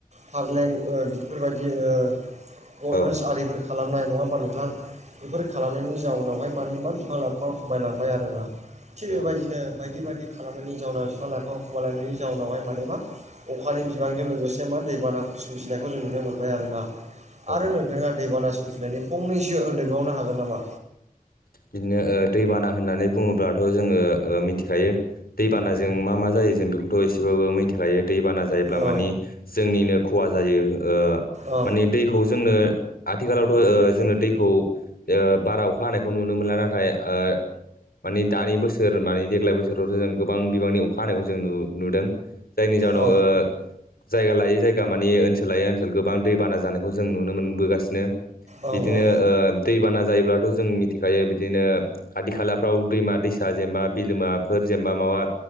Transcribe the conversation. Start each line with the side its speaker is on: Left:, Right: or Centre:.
Right: फारलें ओ बेफोरबायदि ओ गद्रेस
Left: औ औ
Right: आरिफोर खालामनाय नङा होनबा नोंथां? बेफोर खालामनायनि जाउनावहाय माने मा बिफां लाइफाङा खमायलांबाय आरो ना थिग बेबायदिनो
Left: औ
Right: बायदि बायदि खालामनायनि जाउनाव बिफां लाइफां खमायलांनायनि जाउनावहाय माने मा अखानि बिबांजों लोगोसे मा दैबानाखौ सोमजिनायखौ जों नुनो मोनबाय आरोना।
Left: औ
Right: आरो नोंथाङा दैबाना सोमजिनायनि फंनैसो होनदेरबावनो हागोन नामा?
Left: बिदिनो ओ दैबाना होननानै बुङोब्लाथ' जोङो ओ मिथिखायो दैबानाजों मा मा जायो जों बेखौथ' एसेबाबो मिथिखायो दैबानाजों जायोब्ला
Right: औ
Left: मानि जोंनिनो खहा जायो ओ
Right: औ
Left: मानि दैखौ जोंनो आथिखालावथ' ओ जोंनो दैखौ ओ बारा अखा हानायखौ नुनो मोनला नाथाय ओ मानि दानि बोसो र माने देग्लाय बोसोरावथ' जों गोबां बिबांनि अखा हानायखौ जों नु-नुदों। जायनि जाहोनाव
Right: औ
Left: ओ जायगा लायै जायगा मानि ओनसोल लायै ओनसोल गोबां दैबाना जानायखौ जों नुनो मोनबोगासिनो‌।
Right: औ
Left: बिदिनो
Right: औ
Left: ओ दैबाना जायोब्लाथ' जों मिथि खायो बिदिनो खाथि खालाफ्राव दैमा दैसा जेनेबा बिलोमाफोर जेनेबा माबा